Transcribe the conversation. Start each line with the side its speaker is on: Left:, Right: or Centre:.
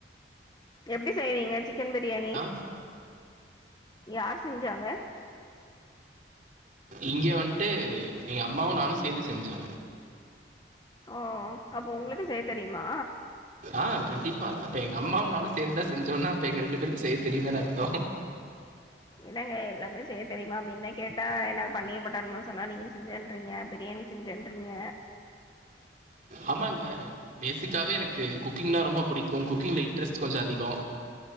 Left: எப்டி செய்வீங்க சிக்கன் பிரியாணி
Right: ஆ
Left: யார் செஞ்சாங்க
Right: இங்கே வந்ட்டு எங்க அம்மாவு நானு சேந்து செஞ்சோ
Left: ஓ அப்போ உங்களுக்கு செய்ய தெரியுமா
Right: அ கண்டிப்பா அப்ப எங்க அம்மாவு நானு சேந்துதா செஞ்சோனா அப்ப எங்க ரெண்டு பேருக்கு செய்ய தெரியுந்தான அர்த்தோ
Left: என்னங்க எல்லாமே செய்ய தெரியுமா அப்டினுதா கேட்டா என்னாவது பன்னீர் பட்டர்மசலா நீங்க செஞ்சறீங்க பிரியாணி செஞ்சன்றிங்க
Right: ஆமாங்க பேசிக்காவே எனக்கு குக்கிங்னா ரொம்ப புடிக்கும் குக்கிங்ல இன்ட்ரெஸ்ட் கொஞ்சோ அதிகோ